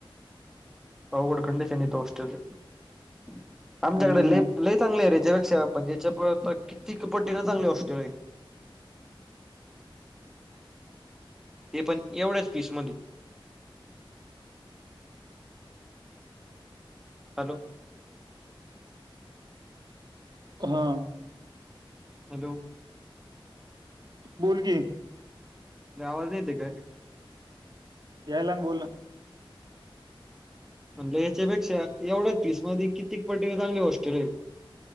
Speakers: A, in the centre; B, on the right (about 50°).
A: अवघड कंडिशन इथं हाॅस्टेलच <inaudible> आमच्याकड
B: हो ना
A: लय -लय चांगले आहे रे हेच्यापेक्षा म्हणजे च्या किती- पट्टींन चांगली हाॅस्टेल आहेत ते पण एवढ्याच पीसमधी हॅलो
B: हा.
A: हॅलो.
B: बोल की.
A: अरे आवाज येते काय
B: यायला ना बोल ना
A: म्हणजे याच्यापेक्षा एवढ्याच वीस मध्ये कितीक पट्टी चांगली हॉस्ट्रेल आहेत.